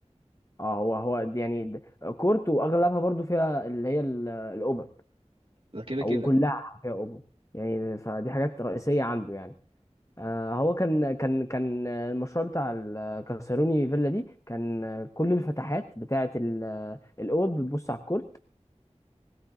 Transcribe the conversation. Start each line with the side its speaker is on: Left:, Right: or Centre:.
Left: اه هو هو دي يعني ده كورت واغلبها برضو فيها اللي هي ال- القبب
Right: ده كده كده
Left: او كلها فيها قبب يعني فدي حاجات رئيسيه عنده يعني آه، هو كان كان كان المشروع بتاع الكاسروني فيلا دي كان كل الفتحات بتاعة ال- الأوض بتبص على الكورت